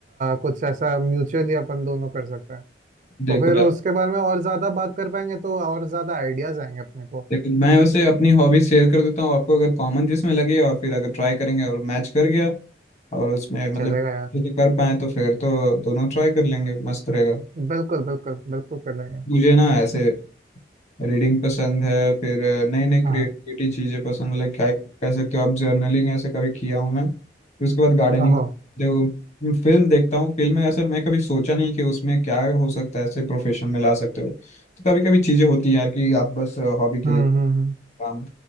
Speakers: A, on the right (about 45°); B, on the left (about 40°).
A: कुछ ऐसा म्यूचुअली अपन दोनों कर सकते हैं
B: देखो
A: तो फिर उसके बारे में और ज्यादा बात कर पाएंगे तो और ज्यादा आइडियाज आएंगे अपने को
B: लेकिन मैं उसे अपनी हॉबी शेयर कर देता हूँ आपको अगर कॉमन जिसमें लगे और फिर अगर ट्राई करेंगे और मैच कर गया और उसमें मतलब
A: चलेगा यार
B: किसी कर पाए तो फिर तो दोनों ट्राई कर लेंगे मस्त रहेगा
A: बिल्कुल बिल्कुल बिल्कुल कर लेंगे
B: मुझे ना ऐसे रीडिंग पसंद है फिर नई नई क्रिएटिविटी
A: हाँ
B: चीज़ें पसंद है लाइक क्या कह सकते हो आप जर्नलिंग ऐसे कभी किया हूँ मैं फिर उसके बाद गार्डनिंग
A: ओहो
B: देखो फिल्म देखता हूँ फिल्म में ऐसे मैं कभी सोचा नहीं कि उसमें क्या हो सकता है ऐसे प्रोफेशन में ला सकते हो तो कभी कभी चीज़ें होती हैं यार कि आप बस हॉबी के
A: हम्म
B: लिए
A: हम्म हम्म।
B: काम